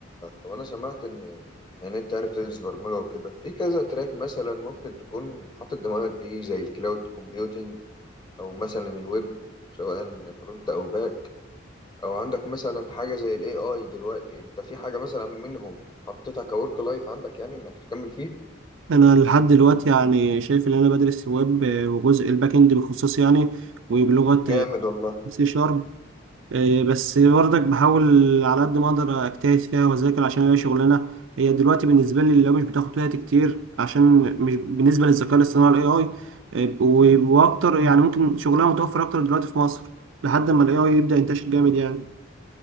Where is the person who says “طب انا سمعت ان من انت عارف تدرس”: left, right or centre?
Left